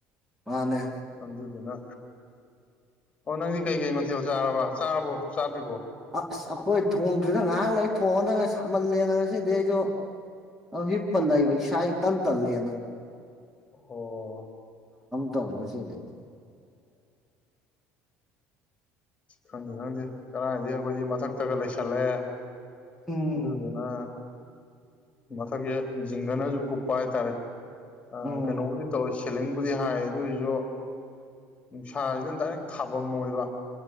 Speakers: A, in the centre; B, on the left.
A: ꯃꯥꯅꯦ
B: ꯉꯗꯗꯨꯅ ꯑꯣ ꯅꯪꯗꯤ ꯀꯩꯀꯩ ꯃꯊꯦꯜ ꯆꯥꯔꯕ ꯆꯥꯔꯕꯣ ꯆꯥꯗ꯭ꯔꯤꯕꯣ
A: ꯑꯁ ꯑꯩꯈꯣꯏ ꯊꯣꯡꯗꯨ꯭ꯗ ꯉꯥꯏꯍꯥꯛ ꯂꯩ ꯐꯣꯟꯗꯒ ꯁꯥꯃꯜꯂꯦꯅ ꯉꯁꯤꯗꯤ ꯑꯩꯁꯨ ꯍꯤꯞꯄꯜ ꯂꯩꯕ ꯏꯁꯥ ꯇꯟ ꯇꯜꯂꯦꯅ
B: ꯑꯣ
A: ꯇꯧꯅ ꯁꯤꯗꯤ
B: ꯈꯪꯅꯤ ꯈꯪꯗꯦ ꯀꯔꯗꯤ ꯑꯩꯈꯣꯏꯗꯤ ꯃꯊꯛꯇꯒ ꯂꯩꯁꯜꯂꯦ <inaudible>
A: ꯎꯝ
B: ꯑꯗꯨꯅ ꯃꯊꯛꯁ ꯖꯤꯡꯒꯅꯁꯨ ꯀꯨꯞꯄ ꯍꯥꯏꯇꯥꯔꯦ ꯑ
A: ꯎꯝ
B: ꯀꯩꯅꯣ ꯎꯗꯤ ꯇꯧ ꯁꯦꯂꯤꯡꯕꯨꯗꯤ ꯍꯥꯏ ꯑꯗꯨꯏꯁꯨ ꯅꯨꯡꯁꯥꯁꯤꯅ ꯗꯥꯏꯔꯦꯛ ꯊꯥꯐꯝ ꯑꯣꯏꯕ